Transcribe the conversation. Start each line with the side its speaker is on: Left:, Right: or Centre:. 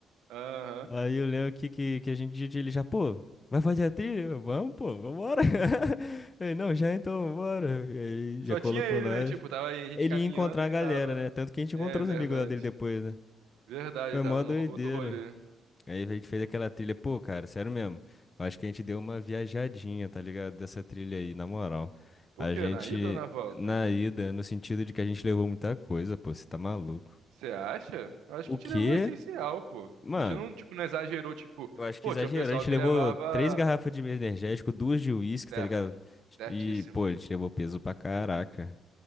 Right: aham.
Left: Aí eu lembro que, que, que a gente disse ele já, pô, vai fazer a trilha? Eu, Vamos, pô, vambora. <laughs> Ele, não, já então, bora. E aí
Right: E
Left: já
Right: só
Left: colocou
Right: tinha ele,
Left: nós.
Right: né, tipo, tava aí, a gente
Left: Ele
Right: caminhando
Left: ia encontrar
Right: e
Left: a
Right: ele
Left: galera,
Right: tava...
Left: né? Tanto que a gente
Right: É,
Left: encontrou
Right: verdade,
Left: os amigos lá dele depois, né?
Right: verdade,
Left: Foi
Right: ele tava
Left: mó
Right: no
Left: doideira.
Right: outro rolê.
Left: Aí a gente fez aquela trilha, pô, cara, sério mesmo. Eu acho que a gente deu uma viajadinha, tá ligado? Dessa trilha aí, na moral.
Right: Por
Left: A
Right: quê,
Left: gente,
Right: na ida ou na volta?
Left: na ida, no sentido de que a gente levou muita coisa, pô, você tá maluco.
Right: Você acha? Eu Acho
Left: O
Right: que a gente
Left: quê?
Right: levou o essencial, pô.
Left: Mano,
Right: A gente não, tipo, não exagerou, tipo,
Left: eu acho
Right: pô,
Left: que exagerou.
Right: tinha um pessoal
Left: A gente
Right: que
Left: levou
Right: levava
Left: três garrafas de energético, duas de uísque,
Right: certo,
Left: tá ligado?
Right: certíssimo.
Left: E, pô, a gente levou peso pra caraca.